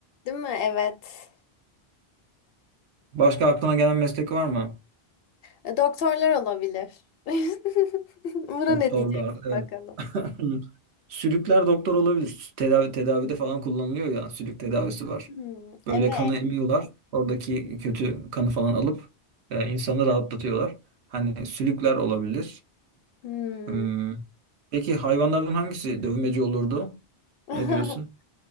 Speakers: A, on the left; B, on the right.
A: değil mi? Evet.
B: Başka aklına gelen meslek var mı?
A: E, Doktorlar olabilir. <laughs> Buna
B: Doktorlar
A: ne diyeceksin
B: evet.
A: bakalım?
B: <laughs> Sülükler doktor olabilir. Tedavi tedavide falan kullanılıyor ya. Sülük tedavisi var.
A: Hmm,
B: Böyle
A: evet.
B: kanı emiyorlar. Oradaki kötü kanı falan alıp e, insanı rahatlatıyorlar. Hani sülükler olabilir.
A: Hmm.
B: Hmm. Peki hayvanlardan hangisi dövmeci olurdu?
A: <laughs>
B: Ne diyorsun?